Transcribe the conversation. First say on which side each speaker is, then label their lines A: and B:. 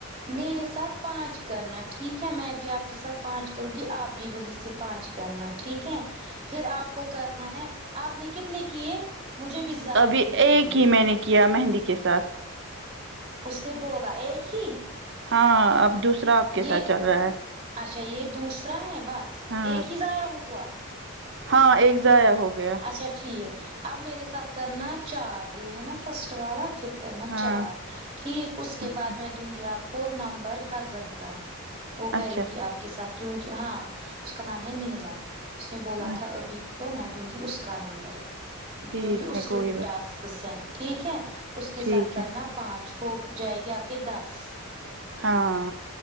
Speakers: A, on the right (about 25°); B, on the right (about 55°).
A: میرے ساتھ پانچ کرنا ٹھیک ہے میں بھی آپ کے ساتھ پانچ کروں گی آپ بھی وہیں سے پانچ کرنا ٹھیک ہے پھر آپ کو کرنا ہے آپ نے کتنے کئے مجھے بھی ضائع
B: ابھی
A: ہوئے
B: ایک
A: تین
B: ہی میں نے کیا مہندی کے ساتھ
A: اس نے بولا ایک ہی
B: ہاں اب دوسرا آپ کے
A: یہ
B: ساتھ چل رہا ہے
A: اچھا یہ دوسرا ہے بس
B: ہاں
A: ایک ہی ضیائح ہوا
B: ہاں ایک ضیاء ہو گیا
A: اچھا ٹھیک اب میرے ساتھ کرنا چار یہ ہے نا فسٹ والا پھر کرنا
B: ہاں
A: چار ٹھیک اس کے
B: اچھا
A: بعد میں دوں گی آپ کو نمبر کا زن کا وہ کرے
B: اچھا
A: گی آپ کے ساتھ کیوکے ہاں اس کا نام ہے نیلم اس نے بولا
B: اچھا
A: تھا ابھی تو میں دوں گی اس کا نمبر
B: ٹھیک
A: کیونکہ اس
B: ہے
A: کے
B: کوئی
A: بھی
B: بات
A: ٹاسک س ٹھیک ہے اس کے
B: ٹھیک
A: ساتھ کرنا
B: ہے
A: پانچ ہو جائے گی آپ کے دس
B: ہاں